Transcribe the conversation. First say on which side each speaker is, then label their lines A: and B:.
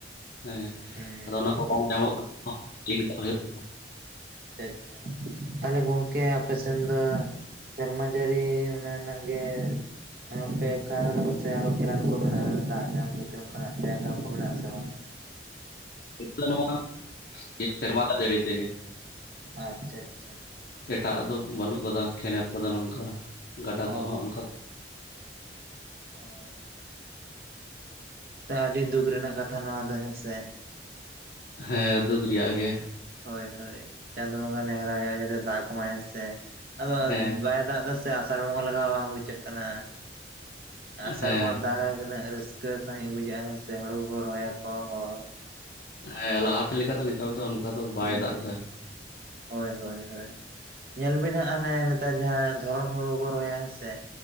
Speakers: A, on the left; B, on the right.
A: ᱦᱮᱸ
B: ᱦᱮᱸ
A: ᱟᱫᱚ ᱚᱱᱟ ᱠᱚ ᱵᱟᱝ ᱧᱟᱢᱚᱜ ᱠᱟᱱᱟ <inaudible> ᱦᱩᱭᱩᱜ ᱠᱟᱱᱟ
B: ᱟᱪᱪᱷᱟ ᱟᱪᱪᱷᱟ ᱛᱟᱦᱞᱮ ᱜᱚᱝᱠᱮ ᱟᱯᱮᱥᱮᱱ ᱫᱚ ᱥᱮᱨᱢᱟ ᱡᱟᱹᱨᱤ ᱚᱱᱟ ᱨᱮᱱᱟᱜ ᱜᱮ ᱚᱯᱮᱠᱷᱟ ᱠᱟᱫᱟ ᱠᱚ ᱥᱮ ᱟᱨᱚ ᱠᱮᱞᱟᱱ ᱠᱚ ᱢᱮᱱᱟᱜᱼᱟ ᱫᱟᱜ ᱧᱟᱢ ᱠᱟᱛᱮ ᱚᱱᱠᱟᱱᱟᱜ ᱡᱟᱭᱜᱟ ᱠᱚ ᱢᱮᱱᱟᱜᱼᱟ ᱥᱮ ᱵᱟᱝ?
A: ᱦᱤᱛ ᱫᱚ ᱱᱚᱣᱟ ᱥᱮᱨᱢᱟ ᱫᱟᱜ ᱡᱟᱹᱲᱤ ᱛᱮᱜᱮ
B: ᱟᱪᱪᱷᱟ ᱟᱪᱪᱷᱟ
A: ᱮᱴᱟᱜ ᱫᱚ ᱵᱟᱹᱱᱩᱜ ᱠᱟᱫᱟ ᱠᱮᱱᱮᱞ ᱠᱚᱫᱚ ᱱᱚᱝᱠᱟ ᱜᱟᱰᱟ ᱠᱚᱦᱚ
B: ᱚ
A: ᱚᱱᱠᱟ <unintelligible>
B: ᱦᱮᱸ ᱛᱚ ᱟᱹᱰᱤ ᱫᱩᱠ ᱨᱮᱱᱟᱜ ᱠᱟᱛᱷᱟ ᱱᱚᱣᱟ ᱫᱚ ᱦᱮᱸᱥᱮ
A: ᱦᱮᱸ ᱫᱩᱠ ᱨᱮᱭᱟᱜ ᱜᱮ
B: ᱦᱳᱭ ᱦᱳᱭ ᱪᱟᱸᱫᱳ ᱵᱚᱸᱜᱟ ᱱᱮᱦᱚᱨᱟᱭ ᱦᱩᱭᱩᱜᱼᱟ ᱡᱟᱛᱮ ᱫᱟᱜᱽ ᱢᱟᱭ ᱦᱮᱸᱥᱮ ᱟᱫᱚ
A: ᱦᱮᱸ
B: ᱵᱟᱭ ᱫᱟᱜᱽ ᱫᱟ ᱥᱮ ᱥᱮ ᱟᱥᱟᱲ ᱵᱚᱸᱜᱟ ᱞᱮᱠᱟ ᱦᱚᱸ ᱵᱟᱝ ᱵᱩᱡᱷᱟᱹᱜ ᱠᱟᱱᱟ ᱟᱥᱟᱲ
A: ᱦᱮᱸ
B: ᱵᱚᱸᱜᱟ ᱫᱟᱜᱟᱭ ᱛᱤᱱᱟᱜ ᱨᱟᱹᱥᱠᱟᱹ ᱨᱟᱹᱠᱟᱹ ᱥᱟᱺᱦᱤᱡ ᱵᱩᱡᱟᱹᱜᱼᱟ ᱦᱮᱸ ᱥᱮ ᱦᱳᱲᱳ ᱠᱚᱠᱚ ᱨᱚᱦᱚᱭᱟᱠᱚ ᱦᱚᱲ
A: ᱦᱮᱸ ᱞᱟᱦᱟᱛᱮ ᱞᱤᱠᱟ ᱫᱚ ᱱᱮᱛᱚᱜ ᱫᱚ ᱫᱚ ᱵᱟᱭ
B: ᱦᱩᱸ
A: ᱫᱟᱜ
B: ᱦᱩᱸ
A: ᱮᱫᱟ
B: ᱦᱳᱭ ᱦᱳᱭ ᱦᱳᱭ ᱧᱮᱞ ᱵᱤᱱ ᱦᱟᱜ ᱦᱟᱱᱮ ᱱᱮᱛᱟᱨ ᱡᱟᱦᱟᱸ ᱫᱷᱚᱨᱚᱱ ᱦᱳᱲᱳ ᱠᱚ ᱨᱚᱦᱚᱭᱟ ᱦᱮᱸᱥᱮ